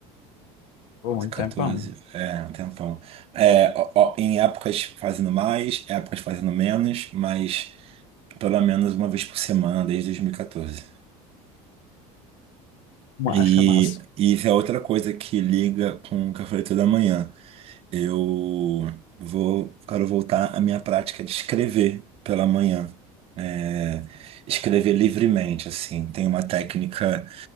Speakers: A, on the left; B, on the right.
A: Pô, muito
B: 14,
A: tempo, é um.
B: é, um tempão. É, ó, ó, em épocas fazendo mais, épocas fazendo menos, mas pelo menos uma vez por semana desde 2014.
A: Massa,
B: E
A: massa.
B: e isso é outra coisa que liga com o que eu falei toda manhã. Eu vou, quero voltar à minha prática de escrever pela manhã. É, escrever livremente, assim. Tem uma técnica